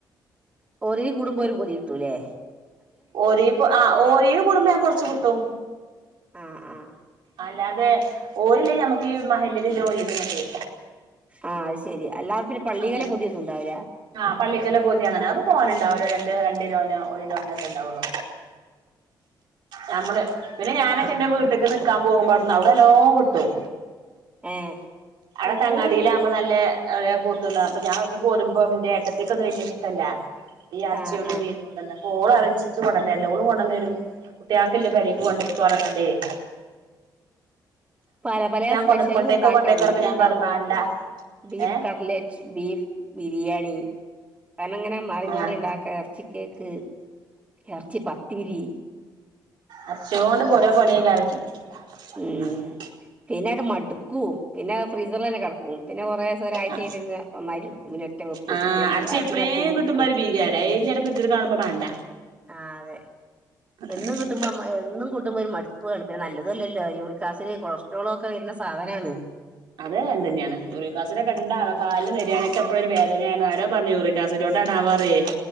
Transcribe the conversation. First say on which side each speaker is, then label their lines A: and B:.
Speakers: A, on the right (about 20°); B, on the right (about 85°).
A: ഓരിൽ കൂടുമ്പോ ഒര് പൊതി കിട്ടുല്ലേ?
B: ഓരി ആഹ് ഓരിൽ കൂടുമ്പോ ഞൻക്ക് കൊറച്ച് കിട്ടും.
A: ആഹ് ആഹ്
B: അല്ലാതെ ഓരില്ലേ നമുക്ക് ഈ മഹല്ല് ലോറിന്നുംല്ലല്ലേ.
A: ആഹ് അത് ശരി അല്ലാ പിന്നെ പള്ളികലെ
B: അങ്ങനെ
A: പൊതിയൊന്നും ഉണ്ടാവില്ല.
B: ആഹ് പള്ളിക്കലെ പോതി അങ്ങനെ അത് തോന ഉണ്ടാവൂല്ല രണ്ട് രണ്ട് കിലൊനോ ഒരു കിലോനോ ഒക്കെ ഉണ്ടാവുള്ളു. നമ്മള് പിന്നെ ഞാനൊക്കെ എൻറെ വീട്ടക്ക് നിക്കാൻ പോകുമ്പോ അടുന്ന് അവിടെനല്ലോം കിട്ടും.
A: ഏഹ്
B: അത് തങ്ങാടിയിലാകുമ്പോ നല്ല ഇളയെ പോത്ത്ട്ടവും ഞാൻ അവിന്ന് പോരുമ്പോ എന്റെ ഏട്ടത്തേക്കൊന്നും വലിയ ഇഷ്ടല്ല. ഈ അറച്ചിയൊണ്ട്ബീഫ്‌യോടന്നും
A: ആഹ് ആഹ്
B: അപ്പോ ഓള് അരച്ചിച്ച് കൊണ്ടന്നല്ലോഓൾ കൊണ്ടന്ന കുട്ടയാൾക്ക് ഇന്റെ പെരിക്ക് കൊണ്ടെയ്കോ പറഞ്ഞ് ങ്ങാ ണ്ട്
A: പല പല സ്പെഷ്യലും
B: കൊണ്ടോയ്ക്കോ
A: ഉണ്ടാക്കാം
B: കൊണ്ടോയ്ക്കോ
A: ബീഫ്
B: പറഞ്ഞപ്പോ ഞാൻ
A: ഉണ്ടാവകുമ്പോ
B: പറഞ്ഞു മാണ്ട
A: ബീഫ്
B: ഏഹ്
A: കട്ലറ്റ്. ബീഫ് ബിരിയാണി. അനങ്ങനെ മാറി
B: ആഹ്
A: മാറി ഉണ്ടാക്ക ഇറച്ചി കേക്ക് ഇറച്ചി പത്തിരി.
B: ഇറിച്ചുകൊണ്ട് പോര പണിയ കാല <inaudible>
A: ഉം പിന്നെ അട് മടുക്കും പിന്നെ ഫ്രീസറല്ലെ കിടക്കും പിന്നെ കുറ ദിവസം ഒരാഴ്ച്ച
B: ആഹ്
A: കഴിഞ്ഞി പിന്നെ ഒന്നായിട്ട് എടുക്കും പിന്നെ. വെപ്പ് വെക്കും
B: ആഹ്
A: പിന്നെ
B: അടച്ചി എപ്പഴേും
A: പിന്നെ അത് തീർക്കും
B: കുട്ടുംബാർ ഭീകര ഡയിലിട ബരുതിട്ട കാണുമ്പോ വേണ്ട
A: ആഹ് അതെ.
B: <unintelligible>
A: എന്നും എന്നും കൂട്ടുമ്പൾ ഒരു മടുപ്പ് നല്ലതല്ല ല്ല യൂറിക്കാസിഡ് കൊളസ്ട്രോള ഒക്കെ വരുന്ന സാധനമാണ്.
B: അതെ എൻ്റെ തന്നെയാണ് ഒരു യുറികാസൊക്കെ കണ്ടാ കാലിന്റെ നെര്യാണിക്കെപ്പഴും ഒരു വേദനയാണ് ആരോ പറഞ്ഞു യൂറിക്കാസിടോണ്ടാണ പറിയേ